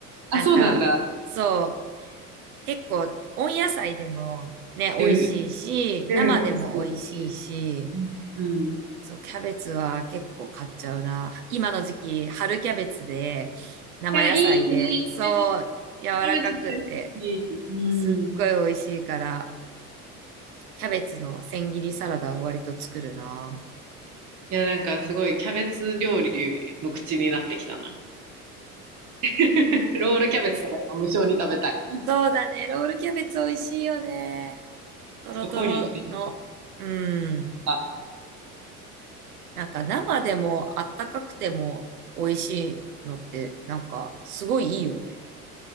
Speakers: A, on the right; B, on the right.
A: あ、
B: なんか、
A: そうなんだ。
B: そう、結構、温野菜でもね、美味しいし、
A: うんうん、
B: 生でも美味しいし、
A: 美味しいよね。うん。うん。い
B: そう、キャベツは結構買っちゃうな。今の時期、春キャベツで、生野菜で、
A: や、いいね。
B: そう、柔らかくって、
A: キャベツ大好き。うん。
B: すっごい美味しいから、
A: い
B: キャベツの千切りサラダは割と作るな。
A: や、なんかすごいキャベツ料理の口になってきたな。<laughs> ロールキャベツとか今無償に食べたい。ちょ
B: そうだね、ロールキャベツ美味しいよね。トロトロの、
A: っと今夜ね、
B: うん。
A: とか、
B: なんか生でもあったかくても美味しいのってなんかすごいいいよね。